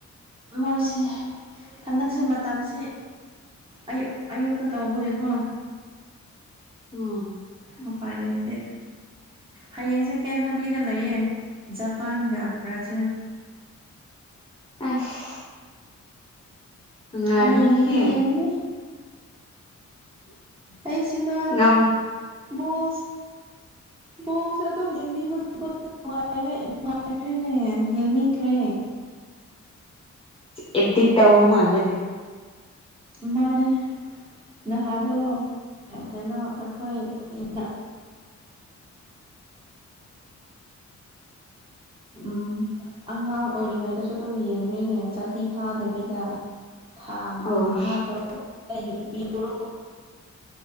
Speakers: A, on the right; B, on the left.
A: ꯃꯣꯏꯁꯤ ꯍꯟꯗꯛꯁꯦ ꯃꯇꯝꯁꯤ ꯑꯌꯨꯛ ꯑꯌꯨꯛꯇ ꯇꯧꯕꯒꯤꯀꯣ
B: ꯎꯝ
A: ꯎꯄꯥꯏ ꯂꯩꯇꯦ ꯍꯌꯦꯡꯁꯦ ꯇꯦꯟ ꯊꯥꯔꯇꯤꯗ ꯂꯩꯌꯦ ꯖꯄꯥꯟꯒ ꯕ꯭ꯔꯥꯖꯤꯜ
B: ꯑꯦꯁ ꯅꯨꯡꯉꯥꯏꯔꯅꯤꯍꯦ
A: ꯍꯌꯦꯡꯒꯤꯗꯤ ꯌꯦꯡꯉꯅꯤ ꯑꯩꯁꯨꯀꯣ
B: ꯉꯝ
A: ꯕꯣꯜꯁ ꯕꯣꯜꯁꯦ ꯑꯗꯨꯝ ꯌꯦꯡꯕꯤꯕꯒꯤ ꯅꯨꯪꯉꯥꯏꯔꯦ ꯅꯨꯡꯉꯥꯏꯈ꯭ꯔꯦꯅꯦ ꯌꯦꯡꯅꯤꯡꯈ꯭ꯔꯦ
B: ꯑꯦꯗꯤꯛ ꯇꯧꯕ ꯃꯥꯂꯦ
A: ꯃꯥꯅꯦ ꯅꯍꯥꯟꯗꯣ ꯀꯩꯅꯣ ꯑꯩꯈꯣꯏ <inaudible> <unintelligible> ꯎꯝ ꯑꯉꯥꯡ ꯑꯣꯏꯔꯤꯉꯩꯗꯁꯨ ꯑꯗꯨꯝ ꯌꯦꯡꯕꯅꯤꯅꯦ ꯆꯍꯤ ꯐꯥꯗꯕꯤꯗ ꯊꯥ
B: ꯑꯧ
A: ꯃꯉꯥ ꯇꯔꯨꯛ <unintelligible>